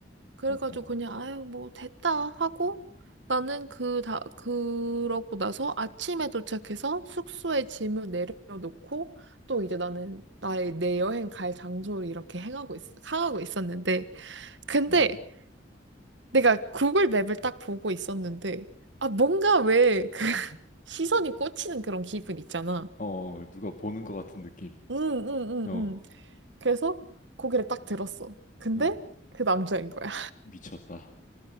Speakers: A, on the right; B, on the left.
A: 그래가지고
B: 오호.
A: 그냥 아유 뭐 됐다 하고 나는 그다 그러고 나서 아침에 도착해서 숙소에 짐을 내려놓고 또 이제 나는 나의 내 여행 갈 장소를 이렇게 행하고 있, 향하고 있었는데 근데
B: 어.
A: 내가 구글 맵을 딱 보고 있었는데 아 뭔가 왜 그 <laughs> 시선이 꽂히는 그런 기분 있잖아.
B: 어, 누가 보는 것 같은 느낌.
A: 응응응응
B: 어,
A: 그래서 고개를 딱 들었어. 근데
B: 어,
A: 그 남자인 거야.
B: 미쳤다.